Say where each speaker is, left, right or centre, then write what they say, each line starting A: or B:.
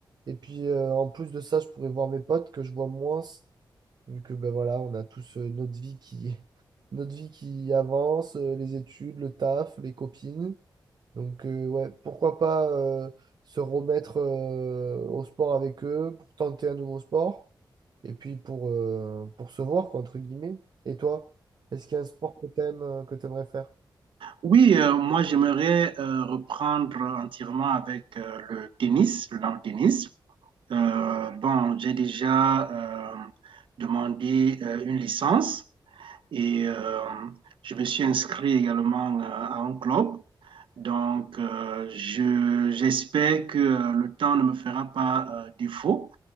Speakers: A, on the right; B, on the right.
A: Et puis, euh, en plus de ça, je pourrais voir mes potes que je vois moins, vu que ben voilà, on a tous euh, notre vie qui, <laughs> notre vie qui avance, euh, les études, le taf, les copines. Donc, euh, ouais, pourquoi pas euh, se remettre euh, au sport avec eux pour tenter un nouveau sport et puis pour, euh, pour se voir, quoi, entre guillemets. Et toi, est-ce qu'il y a un sport que t'aimes, euh, que t'aimerais faire?
B: Oui, euh, moi j'aimerais euh, reprendre entièrement avec euh, le tennis, le long tennis. Euh, bon, j'ai déjà euh, demandé euh, une licence et euh, je me suis inscrit également euh, à un club. Donc, euh, je, j'espère que euh, le temps ne me fera pas euh, défaut